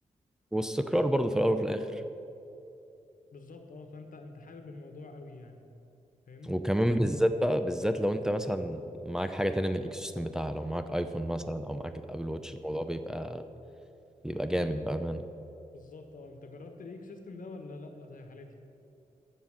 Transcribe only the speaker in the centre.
واستقرار برضه في الاول وفي الاخر
وكمان بالذات بقى بالذات لو انت مثلا معاك حاجه تانية من الايكو سيستم بتاعها لو معاك ايفون مثلا او معاك الابل واتش الموضوع بيبقى بيبقى جامد بامانه